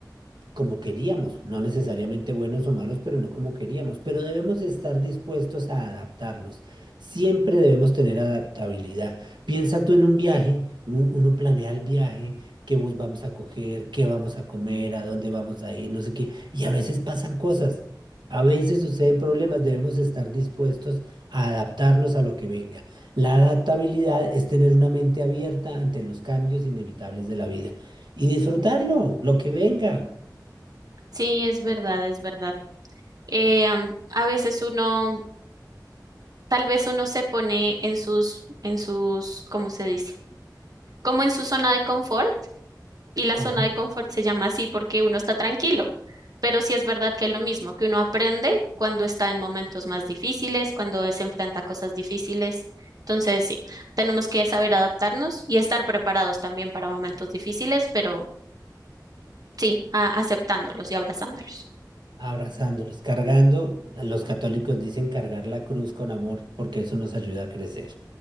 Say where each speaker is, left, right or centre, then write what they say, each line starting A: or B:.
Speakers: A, on the right; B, on the right.
A: como queríamos, no necesariamente buenos o malos, pero no como queríamos, pero debemos estar dispuestos a adaptarnos. Siempre debemos tener adaptabilidad. Piensa tú en un viaje, un- uno planea el viaje, qué bus vamos a coger, qué vamos a comer, a dónde vamos a ir, no sé qué, y a veces pasan cosas. A veces suceden problemas, debemos estar dispuestos a adaptarnos a lo que venga. La adaptabilidad es tener una mente abierta ante los cambios inevitables de la vida y disfrutarlo,
B: Ujú.
A: lo que venga.
B: Sí, es verdad, es verdad. Eh, am, a veces uno, tal vez uno se pone en sus, en sus, ¿cómo se dice? Como en su zona de confort y la
A: Ajá.
B: zona de confort se llama así porque uno está tranquilo, pero sí es verdad que es lo mismo, que uno aprende cuando está en momentos más difíciles, cuando se enfrenta a cosas difíciles. Entonces, sí, tenemos que saber adaptarnos y estar preparados también para momentos difíciles, pero sí, a- aceptándolos y abrazándolos.
A: Abrazándolos, cargando. Los católicos dicen cargar la cruz con amor porque eso nos ayuda a crecer.